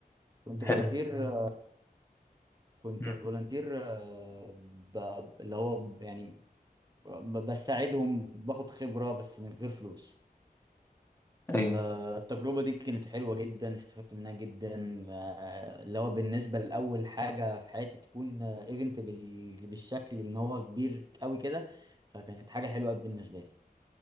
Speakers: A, on the right; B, on the left.
A: كنت
B: حلو
A: فولunteer كنت
B: مم.
A: فولنتير آه، ب- اللي هو ب- يعني ب- بساعدهم باخد خبرة بس من غير فلوس
B: ايوه
A: آه، التجربة دي كانت حلوة جدا استفدت منها جدا آه، اللي هو بالنسبة لأول حاجة في حياتي تكون ايفنت بالشكل ان هو كبير قوي كده فكانت حاجة حلوة أوي بالنسبة لي